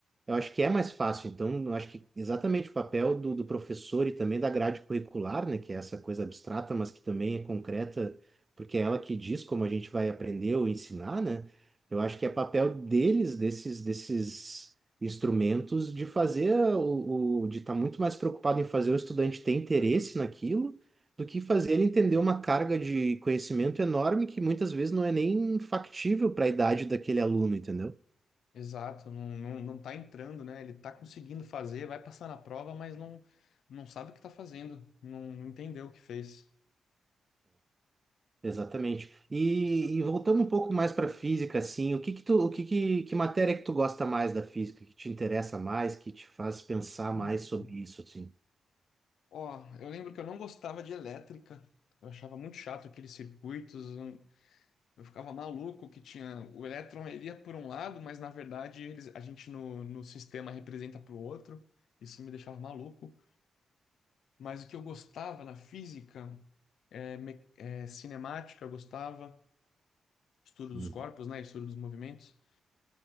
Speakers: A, on the right; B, on the left.
A: eu acho que é mais fácil, então, eu acho que exatamente o papel do, do professor e também da grade curricular, né, que é essa coisa abstrata, mas que também é concreta, porque é ela que diz como a gente vai aprender ou ensinar, né? Eu acho que é papel deles, desses, desses instrumentos, de fazer o, o- de estar muito mais preocupado em fazer o estudante ter interesse naquilo, do que fazer ele entender uma carga de conhecimento enorme que muitas vezes não é nem factível para a idade daquele aluno, entendeu?
B: Exato, não, não, não tá entrando, né? Ele tá conseguindo fazer, vai passar na prova, mas não, não sabe o que tá fazendo, não, não entendeu o que fez.
A: Exatamente. E, e voltando um pouco mais para física, assim, o que que tu, o que que, que matéria que tu gosta mais da física, que te interessa mais, que te faz pensar
B: Física.
A: mais sobre isso, assim?
B: Ó, eu lembro que eu não gostava de elétrica, eu achava muito chato aqueles circuitos, eu eu ficava maluco que tinha, o elétron ele ia por um lado, mas na verdade eles, a gente no, no sistema representa para o outro, isso me deixava maluco. Mas o que eu gostava na física, é, me- é, cinemática, eu gostava, estudo
A: Uhum.
B: dos corpos, né, estudo dos movimentos,